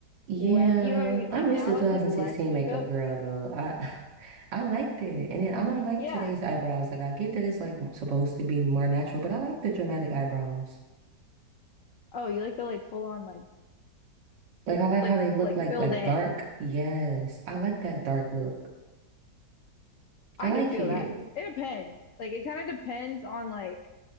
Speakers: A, on the right; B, on the left.
A: Yeah,
B: less, you know what I mean? Like
A: I missed
B: now
A: the 2016
B: it's like less makeup.
A: makeup girl though. I <laughs> I liked it. And then I don't like
B: Yes.
A: today's eyebrows. Like I get that it's like supposed to be more natural, but I like the dramatic eyebrows.
B: Oh, you like the like full on like,
A: Like I like
B: like,
A: how they look
B: like
A: like
B: filled
A: like
B: in.
A: dark. Yes. I like that dark look.
B: I
A: I like
B: can feel
A: it.
B: that. It depends. Like it kind of depends on like